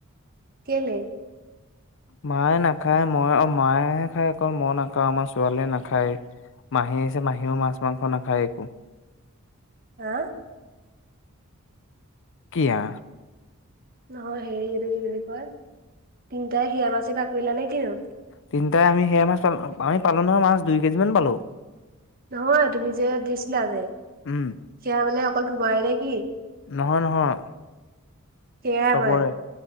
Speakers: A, on the right (about 40°); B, on the left (about 60°).
A: কেলে।
B: মায়ে নাখায় মই আও মায়েহে খায় ক মই নাখাওঁ আমাৰ ছোৱালীয়ে নাখায়। মাহী আহিছে মাহীও মাছ মাংস নাখায়েই একো।
A: হা
B: কিয়া।
A: নহয় সেই এইটো কি বুলি কয় তিনটাই সেয়া মাছ ভাগ কৰিলা নে কিনো।
B: তিনিটাই আমি সেয়া মাছ পা পাৱৈত পালোঁ নহয় মাছ দুই কেজি মান পালোঁ।
A: নহয় তুমি যে দিছিলা যে
B: উম
A: সেয়া মানে অকল তোমাৰে নে কি।
B: নহয় নহয়
A: সেয়াই
B: চবৰে।
A: আমাৰে